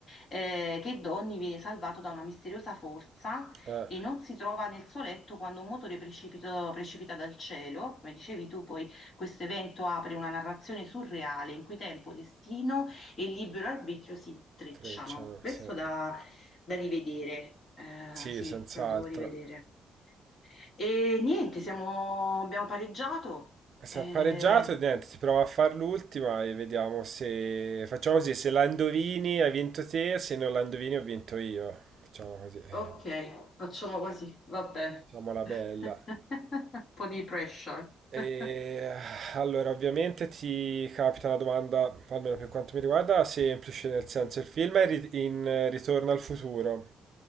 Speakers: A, on the left; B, on the right.
A: eh, che Donny viene salvato da una misteriosa forza
B: Eh,
A: e non si trova nel suo letto quando un motore precipita, precipita dal cielo, come dicevi tu, poi questo evento apre una narrazione surreale in cui tempo, destino e libero arbitrio si intrecciano.
B: Frecciano,
A: Questo
B: sì.
A: da da rivedere. Eh,
B: Sì,
A: sì,
B: senz'altro.
A: me lo devo rivedere. E niente, siamo- abbiamo pareggiato. Eh,
B: Se ha pareggiato, niente, ti prova a far l'ultima e vediamo se... Facciamo così, se la indovini hai vinto te, se non la indovini ho vinto io. Facciamo così, eh.
A: ok, facciamo così, vabbè.
B: Facciamola
A: <laughs>
B: bella.
A: Un po' di pressure.
B: E,
A: <laughs>
B: allora, ovviamente ti capita una domanda, almeno per quanto mi riguarda, semplice, nel senso il film è ri- in eh, Ritorno al futuro,